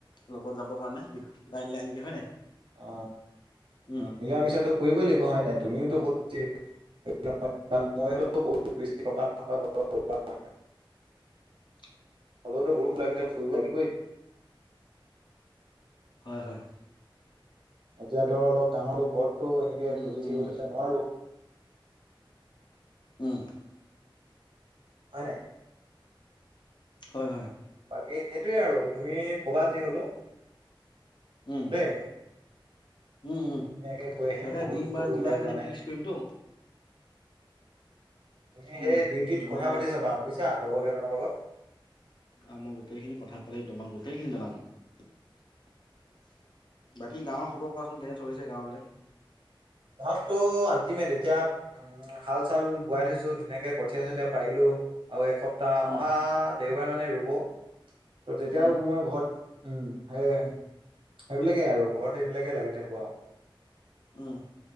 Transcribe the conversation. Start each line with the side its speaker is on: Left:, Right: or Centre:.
Left: লগত যাবৰ কাৰণে। লাইন লাইনকে হয় নাই
Right: অ, অ,
Left: উম,
Right: মিলা মিছাটো কৰিবই লাগিব হয় নাই, তুমিওতো <unintelligible>
Left: <inaudible>
Right: হ'লেতো <unintelligible>
Left: হয়, হয়।
Right: এতিয়া ধৰ, অলপ ডাঙৰো, ঘৰতটো এনেকে
Left: উম,
Right: খুজি
Left: উম,
Right: থাকিবলৈ নোৱাৰো।
Left: উম।
Right: হয় নাই!
Left: হয়, হয়।
Right: বাকী, সেইটোয়ে আৰু, তুমি ক'বা যি হ'লেও।
Left: উম।
Right: দেই।
Left: উম, উম,
Right: ধুনীয়াকে গৈ আহিম,
Left: তাকে
Right: বহুত দিন
Left: বাৰ
Right: ক'তো
Left: মিলাই
Right: ওলাই
Left: মানে
Right: যোৱা নাই।
Left: ফিক্স কৰিমতো
Right: তুমি
Left: উম,
Right: সেই ডিউটিত
Left: মানে
Right: কথা পাতি চাবা, বুজিছা, লগৰ কেইজনৰ লগত।
Left: অ, মই গোটেই খিনি পাতি, তোমাক গোটেই খিনি জনাম। বাকী, গাঁওৰ খবৰ কোৱাচোন, কেনে চলিছে গাও বিলাক?
Right: গাঁৱতটো আল্টিমেট, এতিয়া উম, হাল-চাল বোৱাই থৈছো, ধুনীয়াকে কঠীয়া-চঠিয়া পাৰিলো, আৰু এসপ প্তাহ,
Left: উম,
Right: অহা দেওবাৰে মানে ৰুব। ত', তেতিয়া
Left: উম,
Right: আৰু মই ঘৰত উম, সেয়াই, সেইবিলাকে আৰু, ঘৰত সেইবিলাকে লাগি থাকো আৰু।
Left: উম।